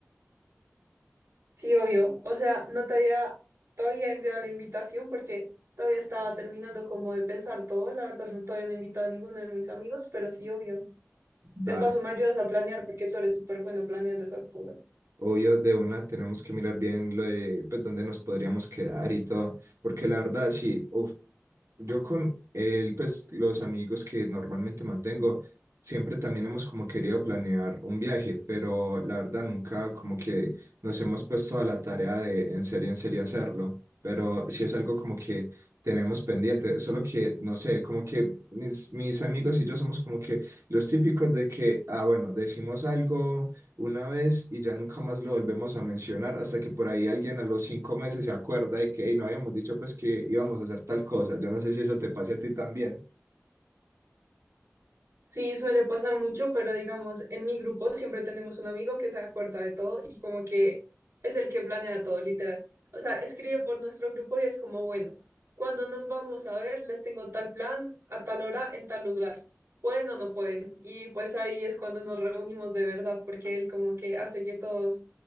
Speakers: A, on the right; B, on the right.
A: Sí, obvio. O sea, no te había todavía enviado la invitación porque todavía estaba terminando como de pensar todo. La verdad, no, todavía no he invitado a ninguno de mis amigos, pero sí, obvio.
B: Dale.
A: De paso, me ayudas a planear porque tú eres súper bueno planeando esas cosas.
B: Obvio, de una tenemos que mirar bien lo de, pues, dónde nos podríamos quedar y todo, porque la verdad, sí, uf, yo con él, pues los amigos que normalmente mantengo, siempre también hemos como querido planear un viaje, pero la verdad nunca como que nos hemos puesto a la tarea de en serio, en serio hacerlo, pero sí es algo como que tenemos pendiente, solo que, no sé, como que mis, mis amigos y yo somos como que los típicos de que, ah, bueno, decimos algo una vez y ya nunca más lo volvemos a mencionar hasta que por ahí alguien a los cinco meses se acuerda de que "Ey, no habíamos dicho pues que íbamos a hacer tal cosa. Yo no sé si eso te pase a ti también.
A: Sí, suele pasar mucho, pero digamos, en mi grupo siempre tenemos un amigo que se acuerda de todo y como que es el que planea todo, literal. O sea, escribe por nuestro grupo y es como, bueno, cuando nos vamos a ver, les tengo tal plan a tal hora en tal lugar. ¿Pueden o no pueden? Y pues ahí es cuando nos reunimos de verdad, porque él como que hace que todos